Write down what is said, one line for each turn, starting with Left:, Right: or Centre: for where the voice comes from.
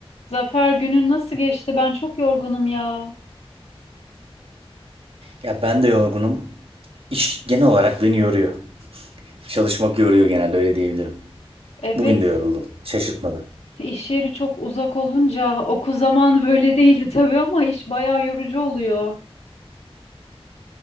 Left: Zafer günün nasıl geçti? Ben çok yorgunum ya.
Right: Ya ben de yorgunum. İş genel olarak beni yoruyor. Çalışmak yoruyor genelde öyle diyebilirim.
Left: Evet,
Right: Bugün de yoruldum. Şaşırtmadı.
Left: iş yeri çok uzak olunca okul zamanı böyle değildi tabii ama iş bayağı yorucu oluyor.